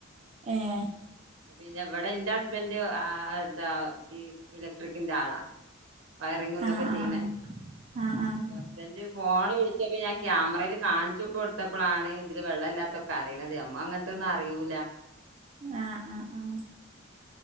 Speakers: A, on the right; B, on the right.
A: ഏഹ്
B: പിന്നെവടെ ഇന്റെ ഹസ്ബൻഡ് ആതാ ഈ ഇലക്ട്രിക്കിന്റെ ആളാ വയറിങ്ങും ഇതൊക്കെ
A: ആഹ്
B: ചെയ്യണേ
A: ആഹ് ആഹ് ആഹ് ആഹ്
B: ഹസ്ബൻഡ് ഫോണി വിളിച്ചപ്പഞാൻ ക്യാമറല്കാണിച്ച്കൊടുത്തപ്പളാണ് ഇതില് വെള്ളല്ലാത്തൊക്കെ അറിണത് അമ്മ അങ്ങന തെന്ന്അറിയൂല
A: ആഹ് ആഹ്ആഹ്